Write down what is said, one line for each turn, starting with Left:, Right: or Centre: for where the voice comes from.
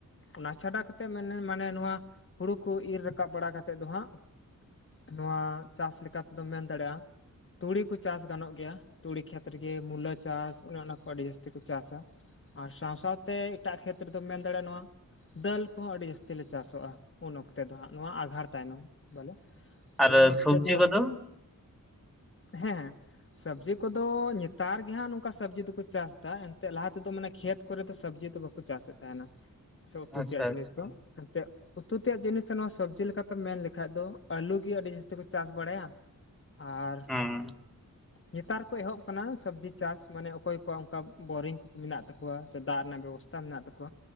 Left: ᱚᱱᱟ ᱪᱷᱟᱰᱟ ᱠᱟᱛᱮᱜ ᱢᱮᱱᱮ ᱢᱟᱱᱮ ᱱᱚᱣᱟ ᱦᱩᱲᱩ ᱠᱚ ᱤᱨ ᱨᱟᱠᱟᱵ ᱵᱟᱲᱟ ᱠᱟᱛᱮᱫ ᱫᱚ ᱦᱟᱸᱜ, ᱱᱚᱣᱟ ᱪᱟᱥ ᱞᱮᱠᱟᱛᱮᱫᱚᱢ ᱢᱮᱱ ᱫᱟᱲᱮᱭᱟᱜ-ᱟ, ᱛᱩᱲᱤ ᱠᱚ ᱪᱟᱥ ᱜᱟᱱᱚᱜ ᱜᱮᱭᱟ ᱛᱩᱲᱤ ᱠᱷᱮᱛ ᱨᱮᱜᱮ ᱢᱩᱞᱟᱹ ᱪᱟᱥ ᱚᱱᱮ ᱚᱱᱟ ᱠᱚ ᱟᱹᱰᱤ ᱡᱟᱹᱥᱛᱤ ᱠᱚ ᱪᱟᱥᱟ᱾ <inaudible> ᱟᱨ ᱥᱟᱶ ᱥᱟᱶᱛᱮ ᱛᱮ ᱮᱴᱟᱜ ᱠᱷᱮᱛ ᱨᱮᱫᱚᱢ ᱢᱮᱱ ᱫᱟᱲᱮᱭᱟᱜ-ᱟ, ᱱᱚᱣᱟ ᱰᱟᱹᱞ ᱠᱚᱦᱚᱸ ᱟᱹᱰᱤ ᱡᱟᱹᱥᱛᱤ ᱞᱮ ᱪᱟᱥᱚᱜ-ᱟ ᱩᱱ ᱚᱠᱛᱮ ᱫᱚ ᱦᱟᱸᱜ᱾ ᱱᱚᱣᱟ ᱟᱸᱜᱷᱟᱬ ᱛᱟᱭᱱᱚᱢ ᱵᱚᱞᱮ <inaudible> ᱛᱚ
Centre: ᱟᱨ
Left: ᱩᱱ ᱚᱠᱛᱮ
Centre: ᱥᱚᱵᱽᱡᱤ
Left: ᱫᱚ
Centre: ᱠᱚᱫᱚ
Left: ᱦᱮᱸᱻ ᱥᱚᱵᱽᱡᱤ ᱠᱚᱫᱚ ᱱᱮᱛᱟᱨ ᱜᱮᱦᱟᱸᱜ ᱱᱚᱝᱠᱟ ᱥᱚᱵᱽᱡᱤ ᱫᱚᱠᱚ ᱪᱟᱥ ᱫᱟ ᱮᱱᱛᱮᱫ ᱞᱟᱦᱟ ᱛᱮᱫᱚ ᱢᱟᱱᱮ ᱠᱷᱮᱛ ᱠᱚᱨᱮ ᱫᱚ ᱥᱚᱵᱽᱡᱤ ᱫᱚ ᱵᱟᱠᱚ ᱠᱚ ᱪᱟᱥᱮᱫ ᱛᱟᱦᱮᱱᱟ ᱥᱮ ᱩᱛᱩ
Centre: ᱟᱪᱪᱷᱟ
Left: ᱛᱮᱭᱟᱜ ᱡᱤᱱᱤᱥ
Centre: ᱟᱪᱪᱷᱟ
Left: ᱫᱚ ᱮᱱᱛᱮᱫ ᱩᱛᱩ ᱛᱮᱭᱟᱜ ᱡᱤᱱᱤᱥ ᱱᱚᱣᱟ ᱥᱚᱵᱽᱡᱤ ᱞᱮᱠᱟᱛᱮᱢ ᱢᱮᱱ ᱞᱮᱠᱷᱟᱡ ᱫᱚ ᱟᱹᱞᱩ ᱜᱮ ᱟᱹᱰᱤ ᱡᱟᱹᱥᱛᱤ ᱠᱚ ᱪᱟᱥ ᱵᱟᱲᱟᱭᱟ, ᱟᱨᱻ
Centre: ᱦᱩᱸ
Left: ᱱᱮᱛᱟᱨ ᱠᱚ ᱮᱦᱚᱵ ᱟᱠᱟᱱᱟ ᱥᱚᱵᱽᱡᱤ ᱪᱟᱥ ᱢᱟᱱᱮ ᱚᱠᱚᱭ ᱠᱚᱣᱟᱜ ᱚᱱᱠᱟ ᱵᱳᱨᱤᱝ ᱠᱚ ᱢᱮᱱᱟᱜ ᱛᱟᱠᱚ ᱠᱚᱣᱟ ᱥᱮ ᱫᱟᱜ ᱨᱮᱱᱟᱜ ᱵᱮᱵᱚᱥᱛᱷᱟ ᱢᱮᱱᱟᱜ ᱛᱟᱠᱚᱣᱟ